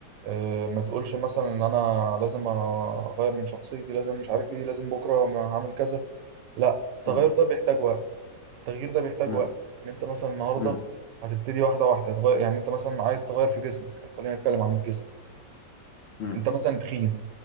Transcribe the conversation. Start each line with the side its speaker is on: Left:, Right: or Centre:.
Right: آه، ما تقولش مثلا إن أنا لازم أغير من شخصيتي لازم مش عارف إيه لازم بكرة ما هعمل كذا لا التغير
Left: م-
Right: ده بيحتاج وقت التغيير ده بيحتاج
Left: م-
Right: وقت إن أنت مثلا النهاردة
Left: م-
Right: هتبتدي واحدة واحدة تغير يعني أنت مثلا عايز تغير في جسمك يعني خلينا نتكلم عن الجسم
Left: م-
Right: انت مثلا تخين